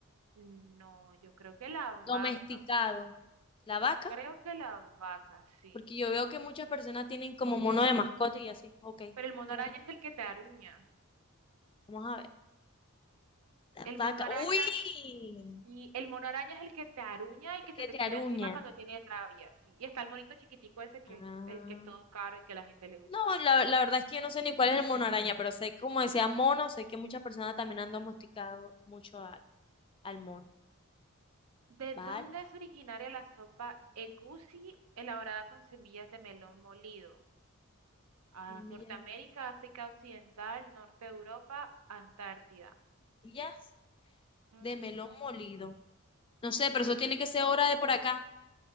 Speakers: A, on the right (about 85°); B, on the left (about 25°).
A: No, yo creo que la vaca.
B: Domesticado. La
A: Yo
B: vaca,
A: creo que la vaca, sí.
B: porque yo veo que muchas personas tienen como mono de mascota y así. Ok,
A: Pero el
B: vamos
A: mono
B: a ponerla.
A: araña es el que te aruña.
B: Vamos a ver. La
A: El
B: vaca.
A: mono araña,
B: ¡Uy!
A: sí, el mono araña es el que te aruña y que
B: El que
A: se te
B: te
A: tira
B: aruña.
A: encima cuando tiene rabia, sí. Y está el monito chiquitico ese que
B: Ah.
A: es el que es todo caro y que a la gente le gusta.
B: No, la, la verdad es que yo no sé ni cuál es el mono araña, pero sé, como decía mono, sé que muchas personas también han domesticado mucho al al mono.
A: ¿De
B: ¿Vale?
A: dónde es originaria la sopa egusi elaborada con semillas de melón molido? Ah,
B: Semillas
A: Norteamérica,
B: de
A: África Occidental, Norte de Europa, Antártida.
B: semillas
A: Mm,
B: de melón molido. No sé, pero eso tiene que ser hora de por acá.